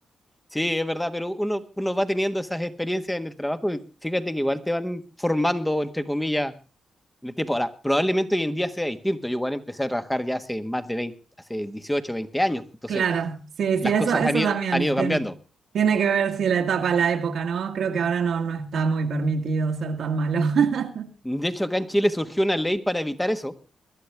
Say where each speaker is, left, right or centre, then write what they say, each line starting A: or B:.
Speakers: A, in the centre; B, on the right (about 75°).
A: Sí, es verdad, pero uno, uno va teniendo esas experiencias en el trabajo y fíjate que igual te van formando, entre comillas, en el tiempo. Ahora, probablemente hoy en día sea distinto. Yo igual empecé a trabajar ya hace más de 20, hace 18, 20 años. Entonces,
B: Claro, sí, sí,
A: las
B: eso,
A: cosas
B: eso
A: han ido,
B: también
A: han ido
B: tien-
A: cambiando.
B: tiene que ver si la etapa, la época, ¿no? Creo que ahora no, no está muy permitido ser tan malo. <laughs>
A: De hecho, acá en Chile surgió una ley para evitar eso.